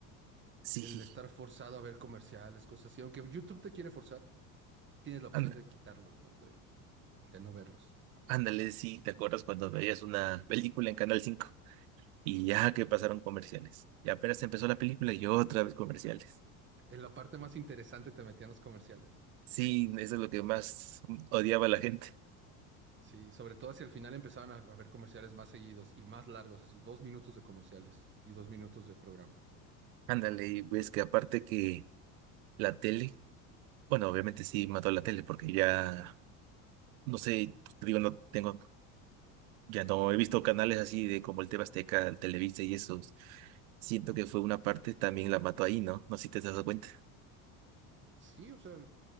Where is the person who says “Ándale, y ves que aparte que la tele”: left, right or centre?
Right